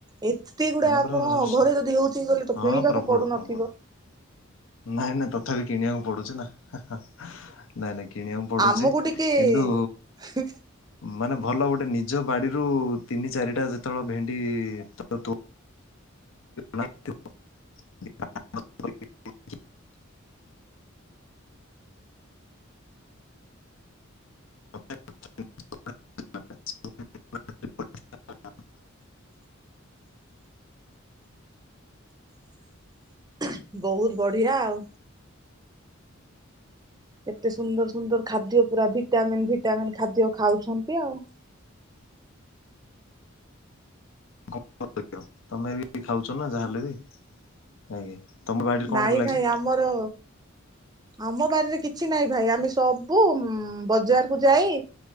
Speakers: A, on the right (about 20°); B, on the left (about 70°).
A: ଏତେ ଗୁଡା
B: ମାନେ
A: ଆପଣ
B: ପୁରା ହଁ
A: ଘରେ ଯଦି ହଉଛି ତାହେଲେ ତ କିଣି ବାକୁ
B: ପ୍ରବଳ
A: ପଡୁ
B: ପ୍ରବଳ।
A: ନଥିବ?
B: ନାଇଁ, ନାଇଁ, ତଥାପି କିଣିଆକୁ ପଡୁଛି ନା ହାଁ ହାଁ ନାଇଁ, ନାଇଁ କିଣିଆକୁ ପଡୁଛି
A: ଆମକୁ
B: କିନ୍ତୁ।
A: <unintelligible>
B: ମାନେ ଭଲ ଗୋଟେ ନିଜ ବାଡ଼ିରୁ ତିନି ଚାରିଟା ଯେତେବେଳେ ଭେଣ୍ଡି ତୋ <inaudible> <inaudible>
A: <inaudible> ବହୁତ ବଢିଆ ଆଉ। କେତେ ସୁନ୍ଦର ସୁନ୍ଦର ଖାଦ୍ୟ ପୁରା ଭିଟାମିନ୍ ଭିଟାମିନ୍ ଖାଦ୍ୟ ଖାଉଛନ୍ତି ଆଉ। <inaudible>
B: ତମେ ବି ଖାଉଛ ନା ଯା ହେଲେ ବି ଆଜ୍ଞା। ତମ ବାଡିରେ
A: ନାଇଁ
B: କଣ ଲାଗିଛି?
A: ଭାଇ ଆମର। ଆମ ବାରି ରେ କିଛି ନାଇଁ ଭାଇ ଆମେ ସବୁ ଉଁ ବଜାର କୁ ଯାଇ।